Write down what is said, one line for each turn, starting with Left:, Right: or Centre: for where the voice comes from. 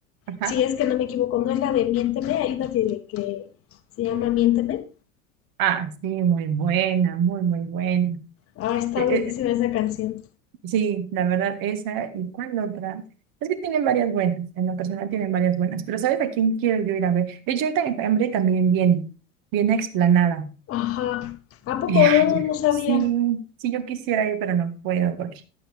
Right: Ajá.
Left: si es que no me equivoco, no es la de Miénteme, hay una que, que se llama Miénteme.
Right: Ah, sí, muy buena, muy, muy buena.
Left: Ah, está
Right: Eh,
Left: buenísima
Right: eh,
Left: esa canción.
Right: Sí, la verdad, esa y cuál otra. Es que tienen varias buenas, en lo personal tienen varias buenas, pero ¿sabes a quién quiero yo ir a ver? De hecho, ahorita en Hambre también viene, viene a Explanada. <laughs>
Left: Ajá. ¿A poco
Right: Y ay,
Left: no, no sabía?
Right: sí, sí, yo quisiera ir, pero no puedo porque